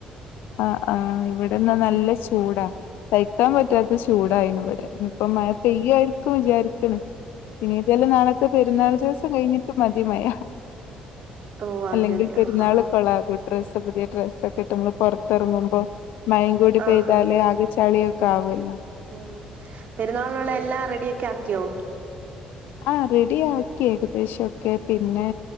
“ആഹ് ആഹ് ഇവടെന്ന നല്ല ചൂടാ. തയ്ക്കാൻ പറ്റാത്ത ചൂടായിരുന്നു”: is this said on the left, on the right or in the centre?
Left